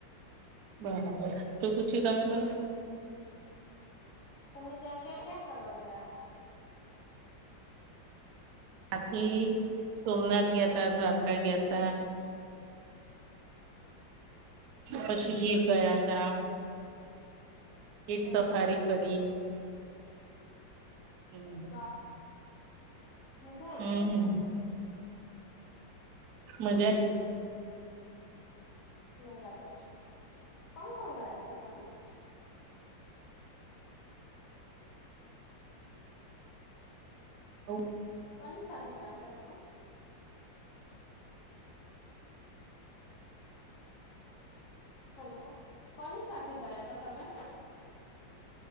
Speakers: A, on the right; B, on the left.
A: બરાબર શું પૂછ્યું તમે મને.
B: તમે ત્યાં ક્યાં ક્યાં ફરવા ગયા હતા.
A: આથી સોમનાથ ગયા ત દ્વારકા ગયા ત. પછી જીર ગયા તા. એકેર
B: બરાબર
A: સફારી
B: છે
A: કરી. હમ.
B: વાહ મજા
A: હમ,
B: ગશે ને.
A: મજા આઈ.
B: બરાબર છે કોણ કોણ ગયા હતા તમે <inaudible>
A: હ
B: કોની સાથે ગયા ત તમે હેલો કોની સાથે ગયા ત તમે